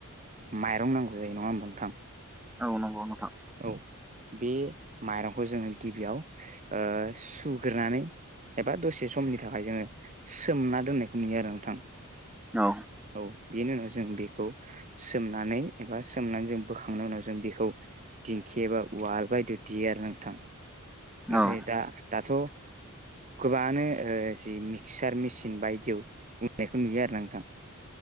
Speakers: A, on the right; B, in the centre.
A: माइरं नांगौ जायो नङा होमबा नोंथां।
B: औ नंगौ नोंथां।
A: औ बे माइरंखौ जोङो गिबियाव सुग्रोनानै एबा दसे समनि थाखाय जोङो सोमना दोननायखौ नुयो आरो नोंथां।
B: औ।
A: औ बेनि उनाव जों बेखौ सोमनानै एबा सोमनानै जों बोखांनायनि उनाव जों बेखौ दिंखिबा उवाल बायदियाव देयो आरो नोंथां नाथाय
B: औ
A: दा दाथ' गोबांनो जि मिक्सार मेसिन बायदियाव होनायखौ नुयो आरो नोंथां।